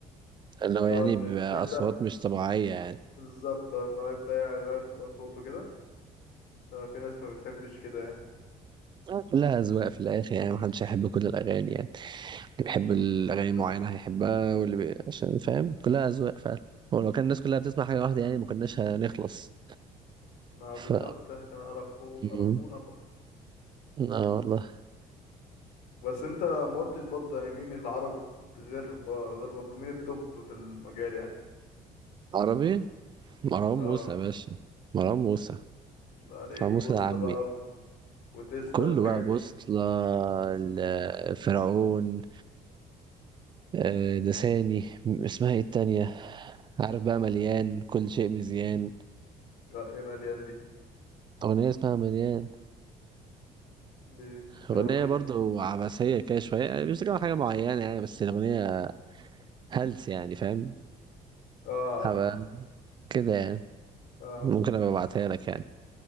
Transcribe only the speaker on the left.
لا
ان
تبدا
بالظبط آه، ان هو يبدا يغير في الاصوات وكده ففي ناس ما بتحبش كده يعني
يعني
بالظبط
ما
بالظبط يعني كان قرفو قرفونا
بقى
بس انت ما قلتش برضه يعني مين العربي بت- غير ب- غير بابلو مين التوب في المجال يعني
اه
لا عليك
بوصلة
بقى و... وتسلا
والحاجات
دي
لا ايه مليان دي
مي- بتتكلم
عن ايه
دي
اه
اه